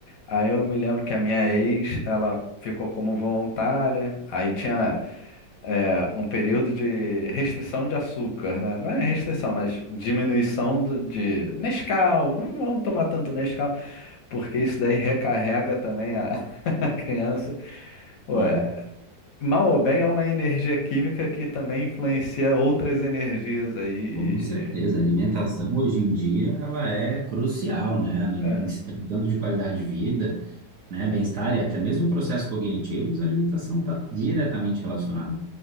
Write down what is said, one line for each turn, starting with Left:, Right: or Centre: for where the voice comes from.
Left: Aí eu me lembro que a minha ex, ela ficou como voluntária. Aí tinha é, um período de restrição de açúcar, né? Não é restrição, mas diminuição do- de Nescau. Não vão tomar tanto Nescau, porque isso daí recarrega também a, <laughs> a criança. Pô,
Right: É,
Left: é- mal ou bem é uma energia química que também influencia outras energias aí. e-
Right: com certeza.
Left: e-
Right: A alimentação hoje em dia ela é crucial, né? Em,
Left: é.
Right: em se tratando de qualidade de vida, né? Bem-estar e até mesmo processos cognitivos, a alimentação está diretamente relacionada.